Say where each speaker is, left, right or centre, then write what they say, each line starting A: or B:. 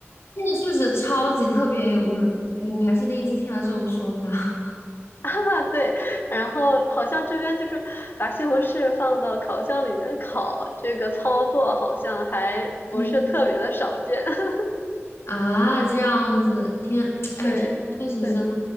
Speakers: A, on the left; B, on the left.
A: 这个确实超级特别，我我还是第一次听到这种说法。
B: 啊对，然后好像这边就是把西红柿放到烤箱里面烤，这个操作好像还不是特别的少见，
A: <laughs>
B: <laughs>
A: 啊，这样子，天，<tsk> 哎，
B: 对对。
A: 天确实真的